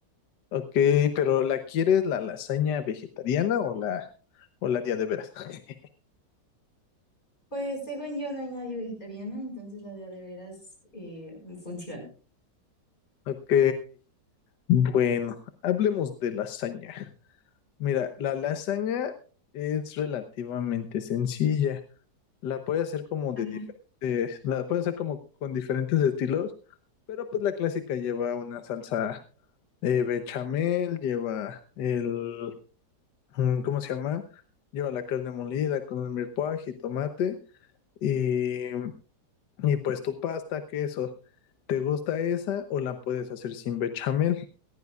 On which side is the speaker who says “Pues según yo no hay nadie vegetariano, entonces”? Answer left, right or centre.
Left